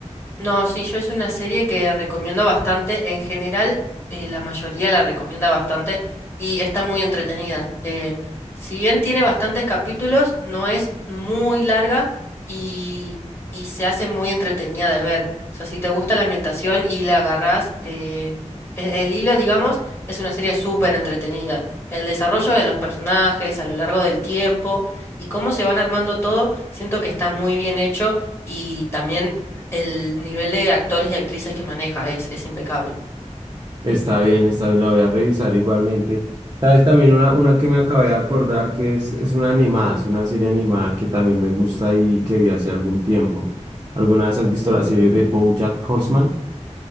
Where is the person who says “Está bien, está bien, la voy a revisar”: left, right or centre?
Right